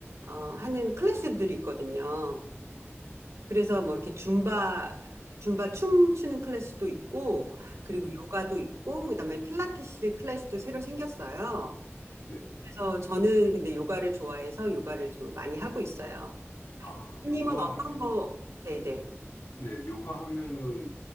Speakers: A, on the right (about 80°); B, on the left (about 65°).
A: 어, 하는 클래스들이 있거든요.
B: 어,
A: 그래서 뭐 이렇게 줌바, 줌바 춤추는 클래스도 있고, 그리고
B: 네,
A: 요가도 있고, 그다음에 필라테스 클래스도 새로 생겼어요.
B: 네.
A: 그래서 저는 근데 요가를 좋아해서 요가를 좀 많이 하고 있어요.
B: 아,
A: 삐님은
B: 요가
A: 어떤
B: 하면,
A: 거? 네네.
B: 네, 요가 하면은